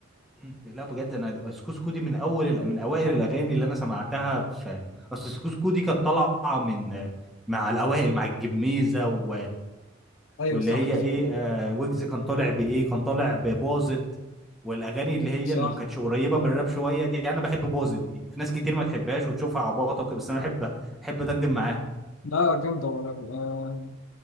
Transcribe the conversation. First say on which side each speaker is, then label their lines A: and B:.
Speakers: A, in the centre; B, on the left.
A: مم. لا بجد انا سكوسكو دي من اول الأ- من اوائل الاغاني اللي انا سمعتها في اصل سكوسكو دي كانت طالعه من مع الاوائل مع الجميزه و...
B: ايوه
A: واللي
B: صح
A: هي ايه آه ويجز كان طالع بايه كان طالع بباظت والاغاني اللي هي
B: صح
A: اللي ما كانتش قريبه من الراب شويه دي انا بحب باظت دي في ناس كتير ما تحبهاش وتشوفها عباطه وكده بس انا بحبها بحب دندن معاها
B: لا جامدة والله آه،